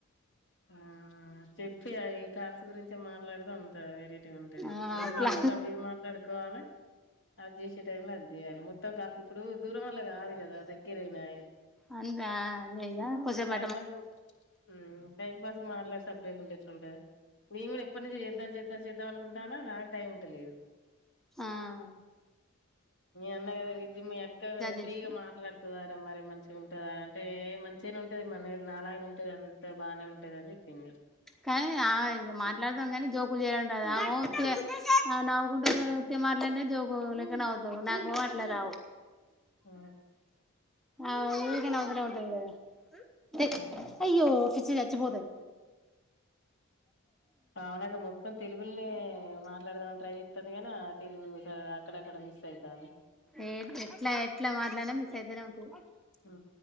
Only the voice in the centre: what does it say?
ఆ
అట్లా
అందా జెయ కొద్దిసేపు
ఆఁ
చేసుకున్నా
కానీ ఆమె ఇగ మాట్లాడుతం కాని జోకులు చేయలంటరు ఆమో ఉత్తిగా నవ్వుకుంట ఉత్తిగా మాట్లాన్న జోకులేక్క నవ్వుతారు నాకు అట్లా రావు
అవ్ ఉరికనే నవ్వు తానే ఉంటది గదా హెయ్
అయ్యో పి పిచ్చి చచ్చిపోతది
ఏ ఎట్లా ఎట్లా మాట్లాన్న మిస్ అయితానే ఉంటది